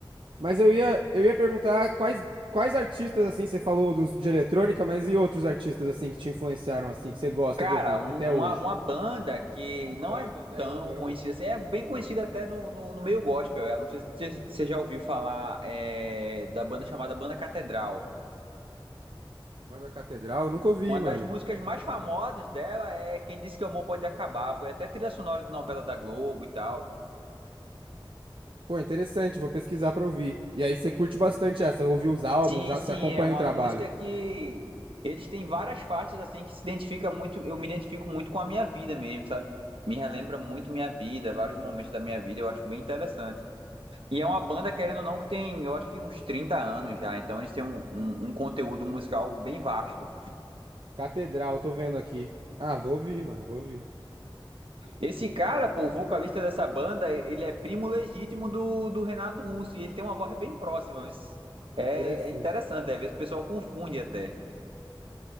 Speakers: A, on the right (about 70°); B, on the right (about 80°).
A: Mas eu ia, eu ia perguntar quais, quais artistas, assim, você falou dos de eletrônica, mas e outros artistas, assim, que te influenciaram, assim, que você gosta
B: Cara,
A: de ouvir
B: um-
A: até hoje?
B: uma, uma banda que
A: Ou bandas,
B: não é
A: é,
B: tão
A: ou bandas.
B: conhecida assim, é bem conhecida até no, no, no meio gospel, ela. Não sei se você você já ouviu falar é, da banda chamada Banda Catedral.
A: Banda Catedral, nunca ouvi,
B: Uma
A: mano.
B: das músicas mais famosas dela é Quem Disse Que o Amor Pode Acabar. Foi até trilha sonora de novela da Globo e tal.
A: Pô, interessante, vou pesquisar pra ouvir. E aí você curte bastante essa, ouviu os álbuns,
B: Sim,
A: já
B: sim,
A: você acompanha
B: é uma
A: o trabalho.
B: música que eles têm várias faixas assim que se identifica muito, eu me identifico muito com a minha vida mesmo, sabe? Me relembra muito minha vida, vários momentos da minha vida, eu acho bem interessante. E é uma banda, querendo ou não, que tem, eu acho que uns 30 anos já, então eles têm um, um- um conteúdo musical bem vasto.
A: Catedral, tô vendo aqui. Ah, vou ouvir, mano, vou ouvir.
B: Esse cara, pô, o vocalista dessa banda, ele é primo legítimo do, do Renato Russo, e ele tem uma voz bem próxima, viu? É,
A: Interessante.
B: é interessante, às vezes o pessoal confunde até.